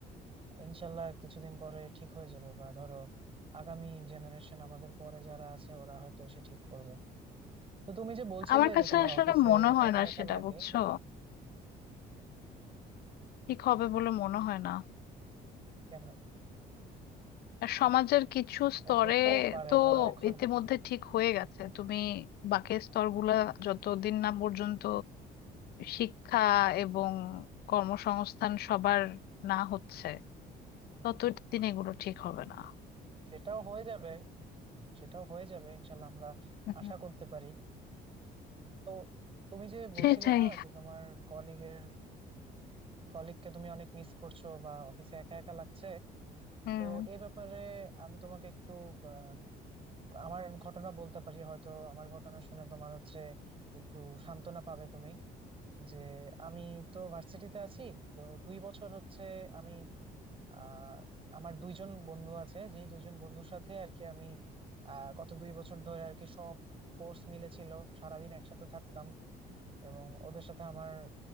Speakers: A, on the right; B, on the left.
A: ইনশাল্লাহ কিছুদিন পরে ঠিক হয়ে যাবে বা ধরো আগামী জেনারেশন আমাদের পরে যারা আছে ওরা হয়তো এসে ঠিক করবে তো তুমি যে বলছিলে
B: আমার কাছে
A: যে তোমার
B: আসলে
A: অফিসে
B: মনে হয়
A: একা
B: না
A: একা
B: সেটা
A: লাগে
B: বুঝছো ঠিক হবে বলে মনে হয় না
A: কেন
B: আর সমাজের কিছু স্তরে
A: ও হতেও পারে
B: তো
A: ধরো এখন
B: ইতিমধ্যে ঠিক হয়ে গেছে তুমি বাকি স্তরগুলা যতদিন না পর্যন্ত শিক্ষা এবং কর্মসংস্থান সবার না হচ্ছে ততদিন এগুলো ঠিক হবে না
A: সেটাও হয়ে যাবে সেটাও হয়ে যাবে ইনশাল্লাহ আমরা
B: হুম,
A: আশা করতে পারি তো তুমি যে বলছিলে
B: সেটাই
A: না যে তোমার কলিগের কলিগকে তুমি অনেক মিস করছো বা অফিসে একা একা লাগছে
B: হুম
A: তো এই ব্যাপারে আমি তোমাকে একটু আহ, আমার ঘটনা বলতে পারি হয়তো আমার ঘটনা শুনে তোমার হচ্ছে একটু সান্ত্বনা পাবে তুমি যে আমি তো ভার্সিটিতে আছি তো দুই বছর হচ্ছে আমি আহ আমার দুইজন বন্ধু আছে যেই দুইজন বন্ধুর সাথে আর কি আমি আহ গত দুই বছর ধরে আর কি সব কোর্স মিলেছিল সারাদিন একসাথে থাকতাম এবং ওদের সাথে আমার